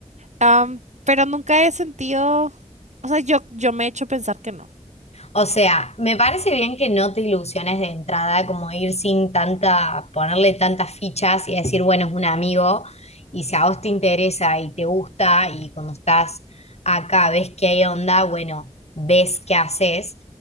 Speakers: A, on the right; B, on the left.
A: Am, pero nunca he sentido, o sea, yo, yo me he hecho pensar que no.
B: O sea, me parece bien que no te ilusiones de entrada, como ir sin tanta, ponerle tantas fichas y decir, bueno, es un amigo, y si a vos te interesa y te gusta, y cuando estás acá ves que hay onda, bueno, ves qué haces.